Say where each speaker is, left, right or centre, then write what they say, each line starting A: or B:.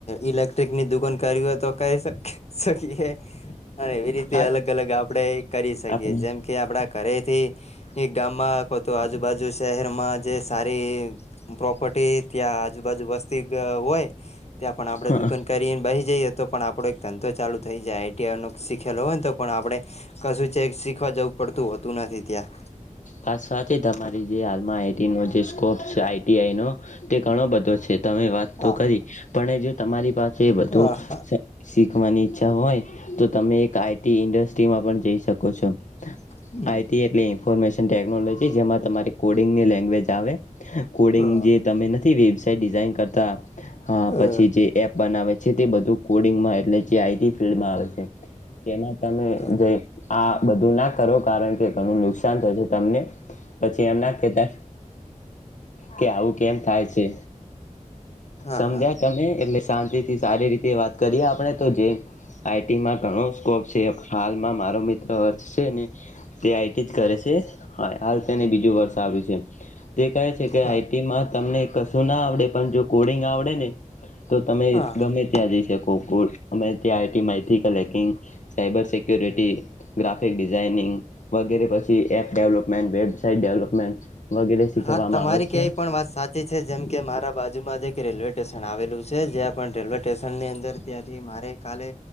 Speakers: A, on the left; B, on the left.
A: ઇલેક્ટ્રિકની દુકાન કરવી હો તો કરી શક્ શકીએ. અન એવી રીતે
B: હા
A: અલગ અલગ આપણેે કરી શકીએ.
B: આપણે
A: જેમ કે આપડા ઘરેથી. એક ગામમાં કો તો આજુબાજુ શહેરમાં જે સારી પ્રોપર્ટી ત્યાં આજુબાજુ વસ્તી અ હોય ત્યાં પણ આપડે
B: હા
A: દુકાન કરીને બહી જઈએ તો પણ આપણો એક ધંધો ચાલુ થઈ જાય આઈ ટી આઈનો શીખેલો હોયને તોપણ આપણે કશું ચેક શીખવા જવુ પડતુ હોતુ, નથી ત્યા
B: વાસ સાચી તમારી જે હાલમાં આઈ ટીનો જે સ્કોપ છે આઈ ટી આઈનો તે ઘણો બધો છે. તમે વાત તો
A: આ
B: કરી પણ એ જો તમારી પાસે વધુ
A: આ હા
B: શક્ શીખવાની ઈચ્છા હોય. તો તમે એક આઈ ટી ઇન્ડસ્ટ્રીમાં પણ જઈ શકો છો.
A: હમ્મ
B: આઈટી એટલે ઇન્ફોર્મેશન ટેક્નોલોજી. જેમાં તમારી કોડિંગની લેંગ્વેજ આવે. કોડિંગ
A: અ
B: જે તમે થી વેબસાઇટ ડિઝાઇન કરતા પછી
A: અ અ અ
B: જે એપ બનાવે છે. છે તે બધું કોડિંગમાં એટલે જે આઈ ટી ફિલ્ડમાં આવે છે. તેમાં તમે
A: હા
B: જ‌ઈ આ બધું ના કરો કારણ કે ઘણું નુકસાન થશે. તમને પછી એમના કેતા કે આવું કેમ થાય છે.
A: હા
B: સમજ્યા તમે? એટલે શાંતિથી સારી રીતે વાત કરીએ આપણે તો જે આઈ ટીમાં ઘણો સ્કોપ છે. હાલમાં મારો મિત્ર અક્ષ છેને. તે આઈ ટી જ કરે છે. હા હાલ તેને બીજું વર્ષ આવ્યું છે. તે કહે છે કે
A: હા
B: આઈ ટીમાં તમને કશું ના આવડે પણ જો કોડિંગ આવડે ને તો તમે
A: હા
B: ગમે ત્યાં જઈ શકો. કુડ અમે ત્યાં આઈ ટી માહિતી collecting, cyber security graphic designing વગેરે પછી app development web side development વગેરે શીખવામાં
A: હા તમારી
B: આવે છે.
A: ક્યાંય પણ વાત સાચી છે. જેમ કે મારા બાજુમાં જ એક રેલવેટેશન આવેલું છે. જ્યાં પણ રેલવેટેશનની અંદર ત્યાંથી મારે કાલે